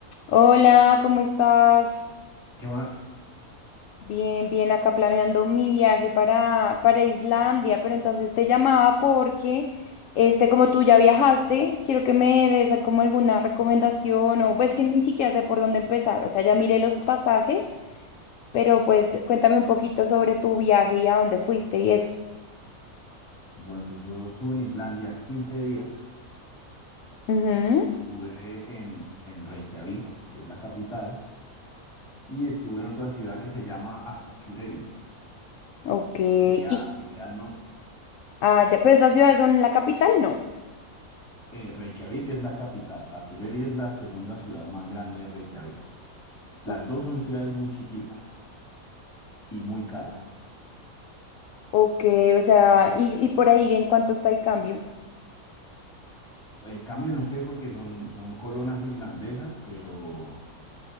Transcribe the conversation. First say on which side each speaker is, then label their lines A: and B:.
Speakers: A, on the left; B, on the left.
A: Hola, ¿cómo estás?
B: ¿Qué más?
A: Bien, bien, acá planeando mi viaje para, para Islandia, pero entonces te llamaba porque, este, como tú ya viajaste, quiero que me des a- como alguna recomendación o pues que ni siquiera sé por dónde empezar, o sea, ya miré los pasajes, pero pues cuéntame un poquito sobre tu viaje y a dónde fuiste y eso.
B: Bueno, pues yo estuve en Islandia 15 días,
A: Ujú,
B: estuve en, en Reykjavik, que es la capital, y estuve en otra ciudad que se llama Akureyri,
A: ok,
B: que queda,
A: y,
B: que queda al norte.
A: ah, ya, ¿Pues las ciudades son la capital, no.
B: Eh, Reykjavik es la capital, Akureyri es la segunda ciudad más grande de Reykjavik. Las
A: O-
B: dos son ciudades muy chiquitas y muy caras.
A: ok, o sea, y, y por ahí, ¿en cuánto está el cambio?
B: El cambio no sé porque son, son coronas islandesas, pero